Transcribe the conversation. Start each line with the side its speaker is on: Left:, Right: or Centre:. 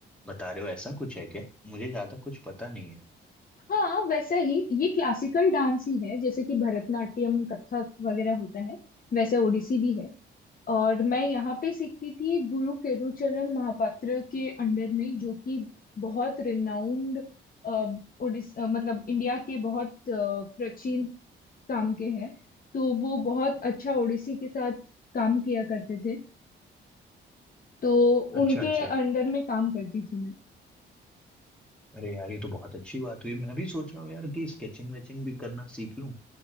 Centre: बता रहे हो ऐसा कुछ है क्या मुझे ज्यादा कुछ पता नहीं है
Left: हाँ वैसा ही ये क्लासिकल डांस ही है जैसे कि भरतनाट्यम कथक वगैरह होता है वैसे ओडिसी भी है और मैं यहाँ पे सीखती थी गुरु केरुचरण महापात्र के अंडर में जो कि बहुत रिनाउंड ओडिस अ, मतलब इंडिया के बहुत अ, प्राचीन काम के हैं तो वो बहुत अच्छा ओडिसी के साथ काम किया करते थे तो
Centre: अच्छा
Left: उनके
Centre: अच्छा
Left: अंडर में काम करती थी मैं
Centre: अरे यार ये तो बहुत अच्छी बात हुई मैं भी सोच रहा हूँ यार कि स्केचिंग वेचिंग भी करना सीख लूं